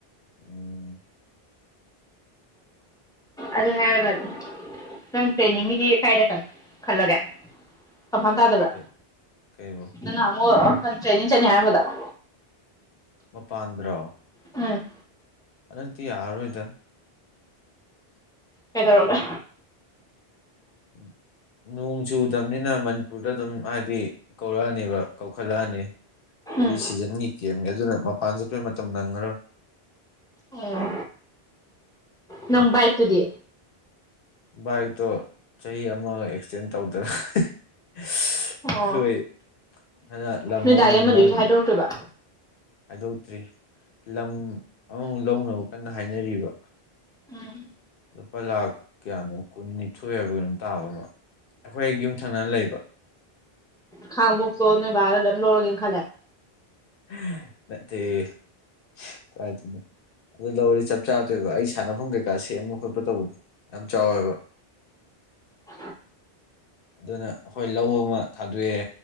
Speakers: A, on the left; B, in the centre.
A: ꯎꯝ
B: ꯑꯗꯨ ꯍꯥꯏꯔꯒ ꯅꯪ ꯇ꯭ꯔꯦꯅꯤꯡꯒꯤꯗꯤ ꯀꯥꯏꯗ ꯈ ꯈꯜꯂꯒꯦ ꯀꯝꯐꯥꯝ ꯇꯥꯗꯕ꯭ꯔꯥ
A: ꯀꯩ ꯀꯩꯕꯨ
B: ꯅꯪ ꯅꯍꯥꯟꯃꯨꯛ ꯑ ꯀꯟ ꯇ꯭ꯔꯦꯅꯤꯡ ꯆꯠꯅꯤ ꯍꯥꯏꯔꯝꯕꯗꯣ
A: ꯃꯄꯥꯟꯗꯔꯣ
B: ꯎꯝ
A: ꯍꯟꯗꯛꯇꯤ ꯌꯥꯔꯔꯣꯏꯗ
B: ꯀꯩꯗꯧꯔꯒꯦ
A: <unintelligible> ꯅꯣꯡ ꯆꯨꯗꯕꯅꯤꯅ ꯃꯅꯤꯄꯨꯔꯗ ꯑꯗꯨꯝ ꯍꯥꯏꯗꯤ ꯀꯧꯔꯛꯑꯅꯦꯕ ꯀꯧꯈꯠꯂꯛꯑꯅꯤ ꯄ꯭ꯔꯤ
B: ꯎꯝ
A: ꯁꯤꯖꯟꯒꯤ ꯀꯦꯝꯒꯤ ꯑꯗꯨꯅ ꯃꯄꯥꯟ ꯆꯠꯄꯩ ꯃꯇꯝ ꯅꯪꯉꯔꯣꯏ
B: ꯑꯣ ꯅꯪ ꯕꯥꯥꯏꯛꯇꯨꯗꯤ
A: ꯕꯥꯏꯛꯇꯣ ꯆꯍꯤ ꯑꯃ ꯑꯦꯛꯁꯇꯦꯟ ꯇꯧꯗꯅ ꯍꯍ ꯁꯁ
B: ꯑꯣ
A: ꯈꯣꯏ ꯍꯟꯗꯛ ꯂꯝ
B: ꯅꯣꯏ
A: ꯑꯃꯃꯨꯛ
B: ꯗꯥꯒꯤ ꯑꯃꯗꯨꯒꯤꯁꯨ
A: ꯂꯧ
B: ꯍꯥꯏꯗꯣꯔꯛꯇꯣꯏꯕ
A: ꯍꯥꯏꯗꯣꯛꯇ꯭ꯔꯤ ꯂꯝ ꯑꯃꯃꯨꯛ ꯂꯧꯅꯕ ꯀꯟꯅ ꯍꯥꯏꯅꯔꯤꯕ
B: ꯎꯝ
A: ꯂꯨꯄꯥ ꯂꯥꯛ ꯀꯌꯥꯅꯣ ꯀꯨꯟꯅꯤꯊꯣꯏ ꯍꯥꯏꯕ꯭ꯔꯥ ꯀꯩꯅꯣꯝ ꯇꯥꯥꯕ ꯑꯃ ꯑꯩꯈꯣꯏ ꯍꯦꯛ ꯌꯨꯝ ꯊꯪꯅ ꯂꯩꯕ
B: ꯈꯥꯡꯉꯕꯣꯛ ꯇꯣ ꯅꯣꯏ ꯕꯥꯅ ꯂꯣꯏꯝ ꯂꯧꯔꯒꯦꯅ ꯈꯜ
A: ꯍꯍ ꯅꯠꯇꯦꯍꯦ ꯏꯁ ꯀꯥꯏꯗꯩꯅꯣ ꯑꯗꯨ ꯂꯧꯔꯗꯤ ꯆꯞ ꯆꯥꯗꯣꯏꯕ ꯑꯩ ꯁꯥꯟꯅꯐꯝ ꯀꯩꯀꯥ ꯁꯦꯝꯕ ꯈꯣꯠꯄ ꯇꯧꯕꯗꯣ ꯌꯥꯝ ꯆꯥꯎꯋꯦꯕ
B: ꯎꯝ
A: ꯑꯗꯨꯅ ꯑꯩꯈꯣꯏ ꯂꯧ ꯑꯃ ꯊꯥꯗꯣꯛꯑꯦ